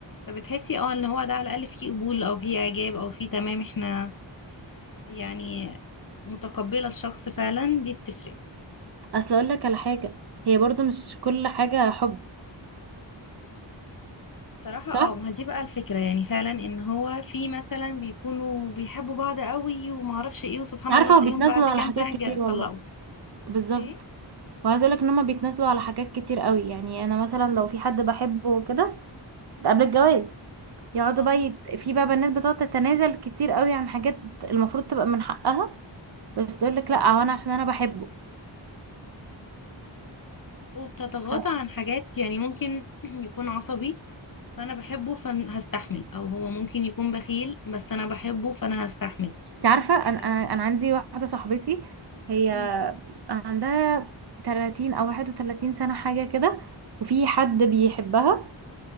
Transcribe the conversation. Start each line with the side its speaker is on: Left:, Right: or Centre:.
Left: فبتحسي اه ان هو ده على الاقل فيه قبول او فيه اعجاب او فيه تمام احنا يعني متقبلة الشخص فعلا دي بتفرق
Right: اصل اقول لك على حاجه هي برضه مش كل حاجه حب
Left: صراحة
Right: صح
Left: اه ما هي دي بقى الفكرة يعني فعلا ان هو في مثلا بيكونوا بيحبوا بعض قوي ومعرفش ايه وسبحان
Right: عارفه
Left: الله تلاقيهم
Right: هو بيتنازلوا
Left: بعد
Right: على
Left: كام
Right: حاجات
Left: سنة
Right: كتير
Left: اتج- اتطلقوا
Right: والله بالظبط
Left: ايه
Right: وعايزه اقول لك ان هم بيتنازلوا على حاجات كتير قوي يعني انا مثلا لو في حد بحبه وكده ده قبل الجواز يقعدوا
Left: اه
Right: بقى يت... في بقى بنات بتقعد تتنازل كتير قوي عن حاجات المفروض تبقى من حقها بس تقول لك
Left: بالظبط
Right: لا هو انا عشان انا بحبه
Left: وبتتغاضى
Right: ف-
Left: عن حاجات يعني ممكن <clears throat> يكون عصبي فانا بحبه فهستحمل او هو ممكن يكون بخيل بس انا بحبه فانا هستحمل
Right: انت عارفه
Left: ف...
Right: انا انا أنا عندي واحده صاحبتي هي
Left: مم.
Right: عندها 30 او 31 سنه حاجه كده وفي حد بيحبها